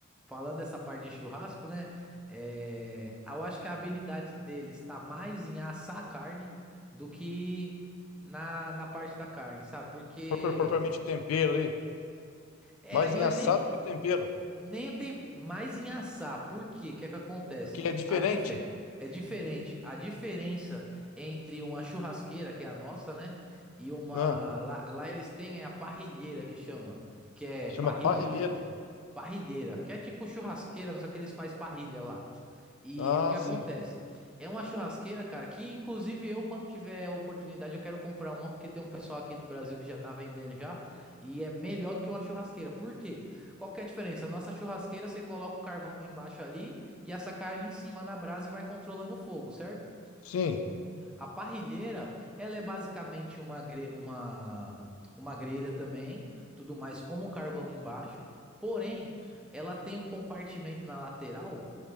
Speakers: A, in the centre; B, on the left.
A: falando dessa parte de churrasco, né? é, eu acho que a habilidade deles tá mais em assar a carne do que na, na parte da carne, sabe? Porque
B: Propri- Propriamente tempero ali,
A: é,
B: mais
A: não
B: em assado
A: é nem.
B: que tempero,
A: Nem o tempo, mais em assar. Por quê? O que é que acontece?
B: porque é diferente.
A: A dife- É diferente. A diferença entre uma churrasqueira, que é a nossa, né? E uma.
B: né?
A: Lá, lá eles têm é a parrilheira que chama. Que é
B: Chama
A: parrilha,
B: Parrilheira.
A: que, ch- que é parrilheira. Que é tipo churrasqueira, mas só que eles fazem parrilha lá. E,
B: Ah,
A: e o que acontece?
B: sim.
A: É uma churrasqueira, cara, que inclusive eu, quando tiver oportunidade, eu quero comprar uma, porque tem um pessoal aqui no Brasil que já tá vendendo já, e é melhor do que uma churrasqueira. Por quê? Qual que é a diferença? A nossa churrasqueira, você coloca o carvão embaixo ali e essa carne em cima na brasa e vai controlando o fogo, certo?
B: Sim.
A: A parrilheira, ela é basicamente uma, gre- uma, uma grelha também, tudo mais com o carvão embaixo, porém, ela tem um compartimento na lateral